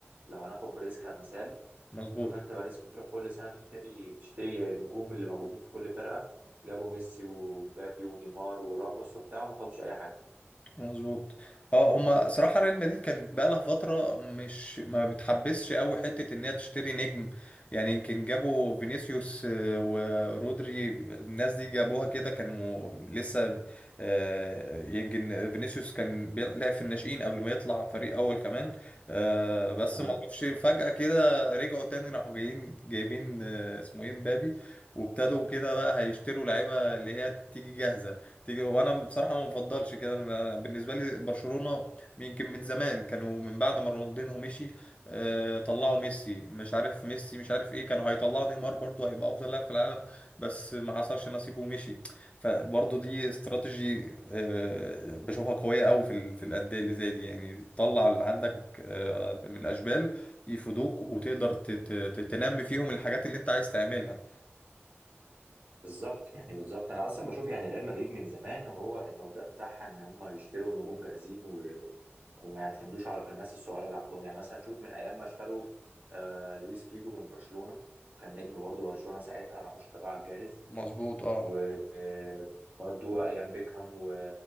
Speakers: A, on the right; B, on the left.
A: لو هناخد باريس كمثال
B: مظبوط
A: شوف انت باريس بتروح كل سنه تشتري تشتري النجوم اللي موجودين في كل فرقه جابوا ميسي ومبابي ونيمار وراموس وبتاع وما خدوش اي حاجه
B: مظبوط اه هما صراحة ريال مدريد كانت بقالها فترة مش ما بتحبسش قوي حتة ان هي تشتري نجم يعني يمكن جابوا فينيسيوس آه، ورودري الناس دي جابوها كده كانوا لسه آه، يمكن فينيسيوس كان بيلع- لعب في الناشئين قبل ما يطلع فريق اول كمان آه، بس
A: اه
B: ما اعرفش فجأة كده رجعوا تاني راحوا جايين جايبين آه، اسمه ايه مبابي وابتدوا كده بقى هيشتروا لعيبة اللي هي تيجي جاهزة تيجي وانا بصراحه ما بفضلش كده أنا بالنسبه لي برشلونه يمكن من زمان كانوا من بعد ما رونالدينو مشي آه، طلعوا ميسي مش عارف ميسي مش عارف ايه كانوا هيطلعوا نيمار برضه هيبقى افضل لاعب في العالم بس ما حصلش نصيبه ومشي فبرضه دي استراتيجي آه، بشوفها قويه قوي في ال- في الانديه اللي زي دي يعني تطلع اللي عندك آه، من الاشبال يفيدوك وتقدر ت- ت- ت- تنمي فيهم الحاجات اللي انت عايز تعملها
A: بالظبط يعني بالظبط انا اصلا بشوف يعني ريال مدريد من زمان وهو المبدأ بتاعها ان هم يشتروا النجوم جاهزين و... وما يعتمدوش على الناس الصغيره اللي عندهم يعني مثلا شوف من ايام ما اشتروا آه لويس فيجو من برشلونه كان نجم برضه برشلونه ساعتها راحوا اشتروه على الجاهز
B: مظبوط اه
A: وبرضه ايام بيكهام و...